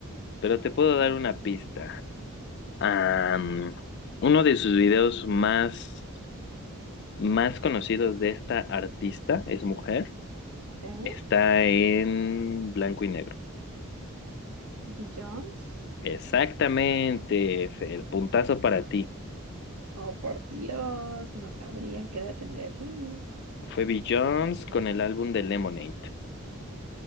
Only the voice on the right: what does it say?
Ok.
Billions.
Oh, por Dios, no sabría qué edad tendría bien.